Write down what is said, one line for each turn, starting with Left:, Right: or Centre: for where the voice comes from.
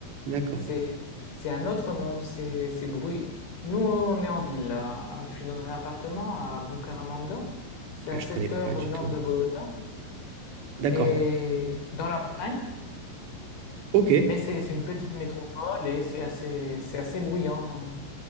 Right: d'accord.
Left: C'est, c'est un autre monde, c'est, c'est bruit. Nous, on est en ville, là. Hein, Je suis dans un appartement à Bucaramanga. C'est
Right: Ah,
Left: à
Right: je
Left: 7
Right: connais pas
Left: heures
Right: du
Left: au nord
Right: tout.
Left: de Bogota
Right: D'accord.
Left: et dans la montagne.
Right: Ok.
Left: Mais c'est, c'est une petite métropole et c'est assez, c'est assez bruyant.